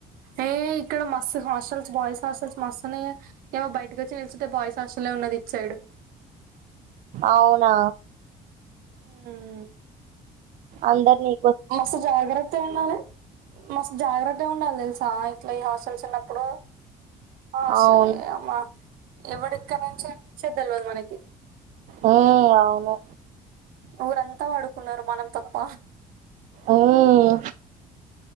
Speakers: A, on the right; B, on the right.
A: ఏ ఇక్కడ మస్తు హాస్ హాస్టల్స్ బాయ్స్ హాస్టల్స్ మస్తున్నాయి ఏమో బయటకి వచ్చి నిల్చుంటే బాయ్స్ హాస్టల్ ఉన్నది ఇచ్చాడు.
B: అవునా
A: వుమ్మ్
B: అందర్ని
A: మస్త్ జాగ్రత్తగ ఉండాలే, మస్త్ జాగ్రత్తగ ఉండాలి తెలుసా ఆ ఇట్లా ఈ హాస్టల్స్ ఉన్నప్ ఇప్పుడు అసలే
B: అవును
A: అమ్మా ఎవడు ఇక్కడ నుంచి అనిపించేద్దలివాదు మనకి
B: ఉమ్ అవును
A: ఊరంతా వాడుకు ఉన్నారు మనం తప్ప
B: ఉమ్మ్